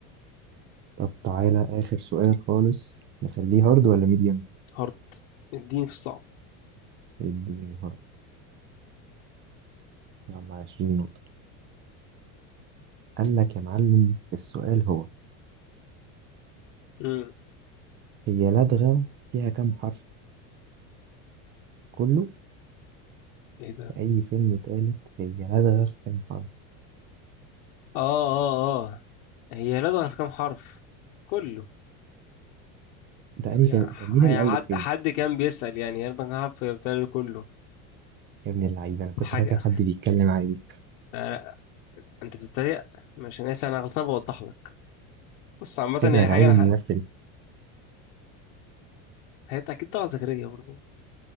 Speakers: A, on the right; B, on the left.
A: طب تعالى آخر سؤال خالص نخليه هارد ولا ميديم؟
B: هارد اديني في الصعب
A: اديني هارد يلا 20 نقطة قال لك يا معلم السؤال هو
B: امم
A: هي لدغة فيها كام حرف؟ كله
B: ايه ده
A: في أي فيلم تالت هي لدغة في كام حرف؟
B: اه اه اه هي لدغة في كام حرف كله
A: ده أنهي
B: يعني
A: فيلم؟
B: ح-
A: طب مين اللي ألف
B: حد
A: فيه؟
B: حد كان بيسأل يعني هي لدغة كام حرف هي بتهيألي كله
A: يا ابن اللعيبة أنا كنت
B: حاجة
A: فاكر حد بيتكلم عادي
B: لا لا انت بتتريق مش انا اسف انا غلطان بوضح لك بس عامة
A: ايوه
B: هي
A: انا
B: حاجة
A: عايز
B: انا
A: الممثل
B: ح... هي اكيد طلعت زكريا برضه